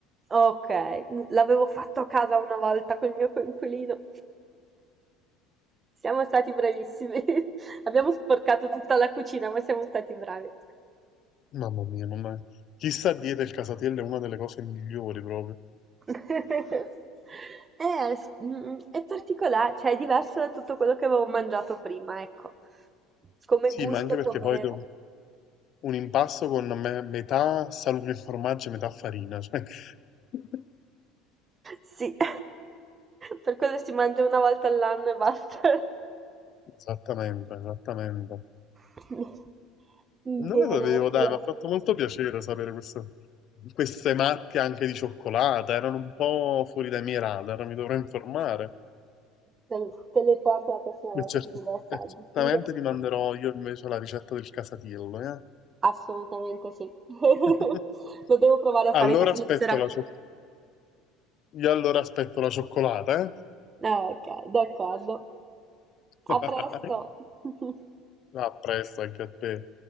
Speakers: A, on the right; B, on the left.
A: Ok, l'avevo fatto a casa una volta col mio coinquilino. Siamo stati bravissimi. <laughs> Abbiamo sporcato tutta la cucina, ma siamo stati bravi.
B: Mamma mia, mamma mia. Chissà dieta il casatiello è una delle cose migliori proprio.
A: <laughs> Eh, s- mhmm, è particolare, cioè è diverso da tutto quello che avevo mangiato prima, ecco. Come
B: Sì,
A: gusto,
B: ma anche
A: come...
B: perché poi do- un impasto con me- metà salume e formaggio e metà farina. cioè. <laughs>
A: Sì, <laughs> per quello si mangia una volta all'anno e basta.
B: Esattamente, esattamente.
A: <laughs> Bene,
B: Non lo sapevo,
A: sì,
B: dai,
A: eh.
B: mi ha fatto molto piacere sapere questo- queste marche anche di cioccolata, erano un po' fuori dai miei radar, mi dovrò informare.
A: te, te le porto la prossima volta
B: E cert-
A: che mi le assaggi.
B: e certamente
A: Sì, le-
B: ti manderò io invece la ricetta del casatiello, eh?
A: assolutamente sì. <laughs>
B: <laughs>
A: Lo devo provare a
B: Allora
A: fare in Svizzera.
B: aspetto la, cioc- io allora aspetto la cioccolata, eh?
A: Ah, ok, d'accordo.
B: <laughs>
A: A presto. <laughs>
B: A presto anche a te.